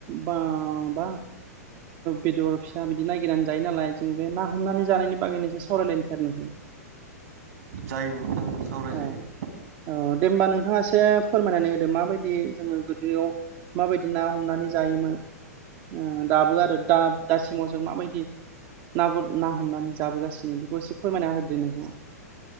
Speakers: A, on the right; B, on the right.
A: बा-बा बेदर फिसा बिदि नायागिरनानै जायो नालाय जों बे ना हमनानै जानायनि बागैनो इसे सावरायलायनो सै आरो नोंथां।
B: जायो नोंथां। सावरायजायो
A: औ औ दे होमबा नों थाङा एसे फोरमायनानै हो दो माबायदि जोङो गोदोआव माबायदि ना हमनानै जायोमोन ओ दाबो आरो दा दासिमाव जों माबायदि ना ना हमनानै जाबोगासिनो बेखौ एसे फोरमायना होदो नोंथाङा।